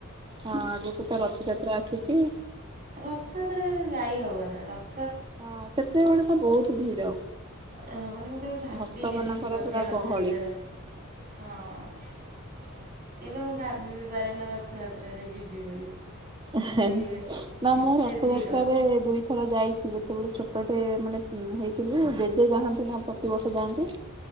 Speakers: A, on the right (about 25°); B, on the right (about 40°).
A: ହଁ ଆଗକୁ ତ ରଥଯାତ୍ରା ଆସିଛି।
B: ରଥାଯାତ୍ରାରେ ଯାଇ ହବନି ରଥ
A: ହଁ ସେତେବେଳେ ତ ବହୁତ ଭିଡ।
B: ଅ ମାନେ ମୁଁ କେବେ ଭାବିନି
A: ଭକ୍ତ ମାନଙ୍କର
B: ବିି ଯିବା ପାଇଁ
A: ପୁରା
B: ରଥଯାତ୍ରାର,
A: ଗହଳି।
B: ହଁ। କେବେ ମୁଁ ଭାବି ବିି ପାରେ ନା ରଥଯାତ୍ର ରେ ଯିବି ବୋଲି।
A: ହେ ହେ
B: କି
A: ନାଁ ମୁଁ
B: ଏତେ
A: ରଥଯାତ୍ରାରେ
B: ଭିଡ଼
A: ଦୁଇଥର ଯାଇଛି ଯେ। ସେତେବେଳେ ଛୋଟଟେ ମାନେ ହେଇଥିଲୁ ଜେଜେ ଯାଆନ୍ତି ନା ପ୍ରତିବର୍ଷ ଯାଆନ୍ତି।